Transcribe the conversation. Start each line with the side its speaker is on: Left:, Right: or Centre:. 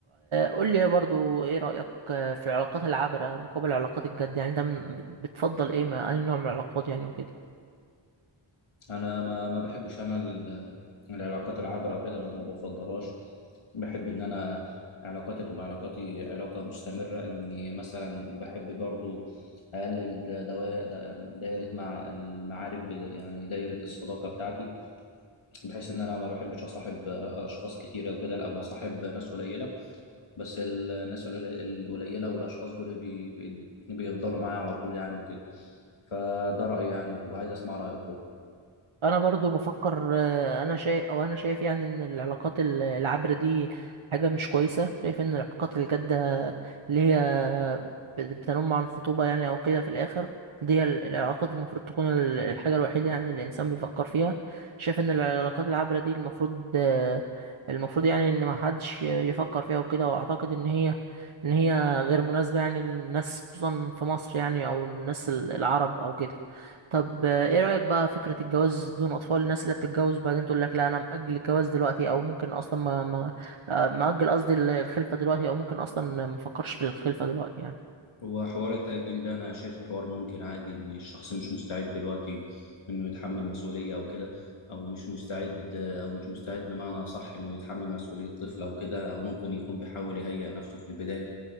Right: قول لي برضو ايه رأيك في العلاقات العابرة مقابل العلاقات الجد يعني انت من- بتفضل ايه ما اي نوع من العلاقات يعني وكده
Left: انا ما ما بحبش انا ال- العلاقات العابره وكده وما بفضلهاش بحب ان انا علاقاتي تبقى علاقاتي علاقه مستمره اني مثلا وبحب برضو اقلل دوا- دا- دايره مع المعارف بد- يعني دايره الصداقه بتاعتي بحيث ان انا ما بحبش اصاحب اشخاص كتيره وكده لا بصاحب ناس قليله بس الناس القل- القليله والاشخاص دول بي بي بيفضلوا معايا على طول يعني وكده فده رايي يعني وعايز اسمع رايك برضو
Right: انا برضو بفكر آه، انا شايف او انا شايف يعني ان العلاقات ال- العابرة دي حاجة مش كويسة شايف ان العلاقات الجادة اللي هي بت- بتنم عن خطوبة يعني او كده في الاخر دي هي ال- العلاقات المفروض تكون ال- الحاجة الوحيدة يعني اللي الانسان بيفكر فيها شايف ان العلاقات العابرة دي المفروض آه، المفروض يعني ان ما حدش يفكر فيها وكده واعتقد ان هي ان هي غير مناسبة يعني للناس خصوصا في مصر يعني او الناس ال- العرب او كده طب آه، ايه رأيك بقى فكرة الجواز بدون اطفال الناس اللي بتتجوز بعدين تقول لك لا انا مأجل الجواز دلوقتي او ممكن اصلا ما ما آه، مأجل قصدي ال- الخلفة دلوقتي او ممكن اصلا ما افكرش في الخلفة دلوقتي يعني
Left: هو حوار التأجيل ده أنا شايفه حوار ممكن عادي إن الشخص مش مستعد دلوقتي إنه يتحمل مسؤولية أو كده أو مش مستعد أو مش مستعد بمعنى صح إنه يتحمل مسؤولية طفل أو كده أو ممكن يكون بيحاول يهيئ نفسه في البداية